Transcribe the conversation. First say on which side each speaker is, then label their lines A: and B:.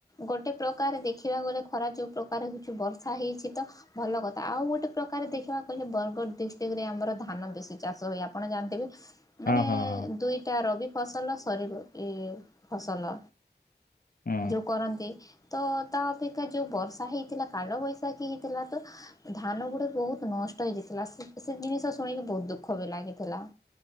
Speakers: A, on the left; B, on the left.
A: ଗୋଟେ ପ୍ରକାରେ ଦେଖିବାକୁ ଗଲେ ଖରା ଯୋଉ ପ୍ରକାରେ ହଉଛି ବର୍ଷା ହେଇଛି ତ ଭଲ କଥା ଆଉ ଗୋଟେ ପ୍ରକାରେ ଦେଖିବାକୁ ଗଲେ ବରଗଡ ଡିଷ୍ଟ୍ରିକ୍ଟ ରେ ଆମର ଧାନ ବେଶି ଚାଷ ହୁଏ ଆପଣ ଜାଣିଥିବେ। ମାନେ
B: ହଁ ହଁ ହଁ
A: ଦୁଇଟା ରବି ଫସଲ ସରିିବ ଏ ଫସଲ,
B: ହଁ
A: ଯୋଉ କରନ୍ତି ତ ତା ଅପେକ୍ଷା ଯୋଉ ବର୍ଷା ହେଇଥିଲା କାଲ ବୈଶାଖୀ ହେଇଥିଲା ତ ଧାନ ଗୁଡେ ବହୁତ ନଷ୍ଟ ହେଇଯାଇଥିଲା ସେ ସେ ଜିନିଷ ଶୁଣିକି ବହୁତ ଦୁଃଖ ବି ଲାଗିଥିଲା।